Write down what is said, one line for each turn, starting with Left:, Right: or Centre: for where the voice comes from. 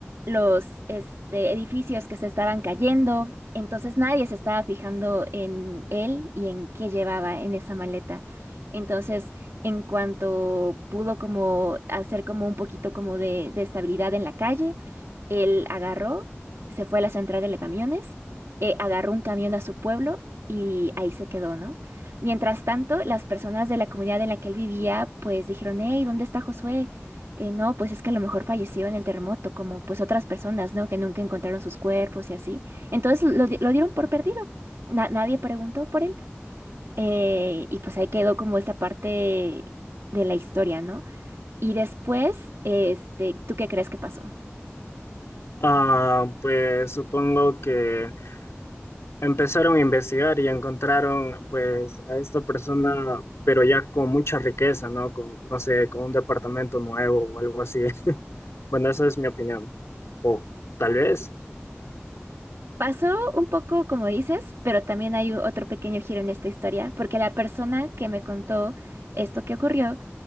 Right: los este, edificios que se estaban cayendo. Entonces nadie se estaba fijando en él y en qué llevaba en esa maleta. Entonces, en cuanto pudo como hacer como un poquito como de, de estabilidad en la calle, él agarró, se fue a la central de camiones, eh, agarró un camión a su pueblo y ahí se quedó, ¿no? Mientras tanto, las personas de la comunidad en la que él vivía, pues dijeron, hey, ¿dónde está Josué? Eh, no, pues es que a lo mejor falleció en el terremoto, como pues otras personas, ¿no? Que nunca encontraron sus cuerpos y así. Entonces lo, di- lo dieron por perdido. Na- nadie preguntó por él. Eh, y pues ahí quedó como esta parte de la historia, ¿no? Y después, este, ¿tú qué crees que pasó?
Left: Ah, pues supongo que empezaron a investigar y encontraron pues a esta persona, pero ya con mucha riqueza, ¿no? Con, no sé, con un departamento nuevo o algo así. <laughs> Bueno, esa es mi opinión. O tal vez.
Right: Pasó un poco como dices, pero también hay u- otro pequeño giro en esta historia, porque la persona que me contó esto que ocurrió,